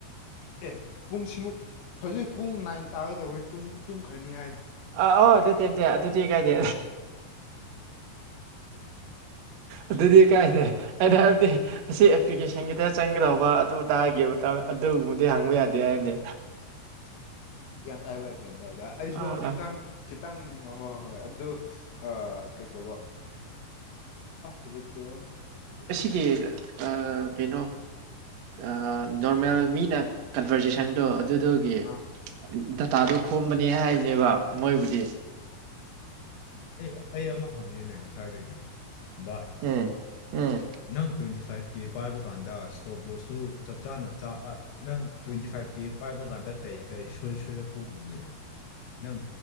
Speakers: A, on the left; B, on the right.
A: ꯑꯦ ꯄꯨꯡ ꯁꯤꯃꯨꯛ ꯍꯧꯖꯤꯛ ꯄꯨꯡ ꯅꯥꯏꯟ ꯇꯥꯒꯗꯧꯔꯦ ꯇꯨꯝ ꯇꯨꯝꯈ꯭ꯔꯅꯤ ꯍꯥꯏ꯫
B: ꯑꯥ ꯑꯣ ꯅꯠꯇꯦ ꯅꯇꯦ ꯑꯗꯨꯗꯤ ꯀꯥꯏꯗꯦ ꯑꯗꯨꯗꯤ ꯀꯥꯏꯗ ꯑꯩꯅ ꯍꯥꯏꯕꯗꯤ ꯑꯁꯤ ꯑꯦꯄ꯭ꯂꯤꯀꯦꯁꯟ ꯈꯤꯇ ꯆꯪꯒꯗꯧꯕ ꯑꯗꯨ ꯇꯥꯒꯦ ꯑꯗꯨꯒꯕꯨꯗꯤ ꯍꯪꯕ ꯌꯥꯗꯦ ꯍꯥꯏꯕꯅꯤ
A: <inaudible> ꯒ꯭ꯌꯥꯟ ꯇꯥꯏꯕ ꯒ꯭ꯌꯥꯟ ꯇꯥꯏꯕ ꯑꯩꯁꯨ
B: ꯑꯥ
A: ꯍꯧꯖꯤꯛꯇꯪ
B: ꯑꯥ
A: ꯈꯤꯇꯪ ꯍꯣꯏ ꯍꯣꯏ ꯑꯗꯣ ꯑ ꯀꯩ ꯀꯧꯕ ꯑꯖꯤꯠꯇꯣ
B: ꯑꯩꯒꯤ ꯑꯥ ꯀꯩꯅꯣ ꯑ ꯅꯣꯔꯃꯦꯜ ꯃꯤꯅ ꯀꯟꯚꯔꯖꯦꯁꯟꯗꯣ ꯑꯗꯨꯒꯤ꯫
A: ꯑꯥ
B: <unintelligible> ꯗꯇꯥꯗꯨ ꯈꯣꯝꯕꯅꯦ ꯍꯥꯏꯕꯅꯦꯕ ꯃꯣꯏꯕꯨꯗꯤ
A: ꯑꯩ ꯑꯩ ꯑꯃ ꯍꯧꯅꯤꯡꯉꯦ <unintelligible> ꯉꯁꯋꯥꯗꯒꯤ ꯕꯥꯏ
B: ꯎꯝ ꯎꯝ
A: ꯅꯪ ꯇ꯭ꯋꯦꯟꯇꯤ ꯐꯥꯏꯚ ꯀꯦ ꯄꯥꯏꯕ ꯀꯥꯟꯗ ꯏꯁ꯭ꯇꯣꯞ ꯂꯣꯁꯇꯨ ꯆꯞ ꯆꯥꯅ ꯆꯥꯛꯑ ꯅꯪ ꯇ꯭ꯋꯦꯟꯇꯤ ꯐꯥꯏꯚ ꯀꯦ ꯄꯥꯏꯕ ꯀꯥꯟꯗ ꯀꯔꯤ ꯀꯔꯤ ꯁꯣꯏ ꯁꯣꯏꯔꯛꯄ ꯎꯒꯦ ꯅꯪ